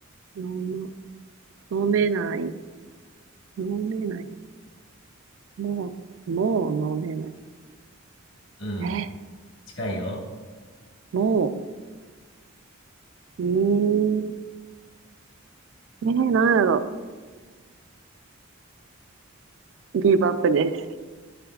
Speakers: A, on the right; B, on the left.
A: 飲ま飲めない。飲めない。もう、もう飲めない。
B: う。うん。
A: え、
B: 近いよ。
A: もう、うーん。ねえなんやろ。ギブアップです。